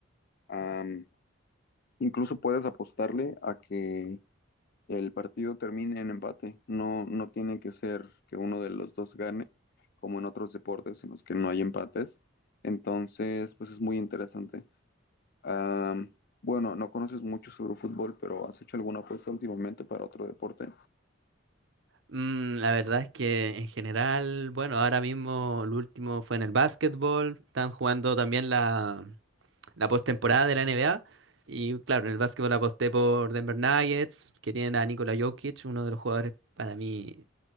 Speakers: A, on the left; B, on the right.
A: Am, incluso puedes apostarle a que el partido termine en empate. No, no tiene que ser que uno de los dos gane, como en otros deportes en los que no hay empates. Entonces, pues es muy interesante. Am, bueno, no conoces mucho sobre fútbol, pero ¿has hecho alguna apuesta últimamente para otro deporte?
B: Mm, la verdad es que en general, bueno, ahora mismo el último fue en el básquetbol, están jugando también la, la postemporada de la NBA y claro, en el básquetbol aposté por Denver Nuggets, que tienen a Nikola Jokic, uno de los jugadores para mí